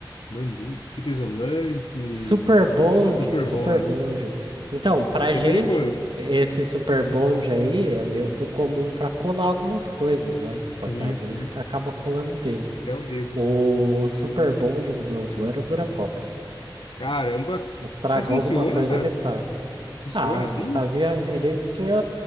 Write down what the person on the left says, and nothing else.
Band-Aid, fita isolante.
Super
bom, né?
Esse
é perigoso.
Sim,
sim.
Até o dedo.
Caramba.
Mas funciona,
cara?
Funciona
assim?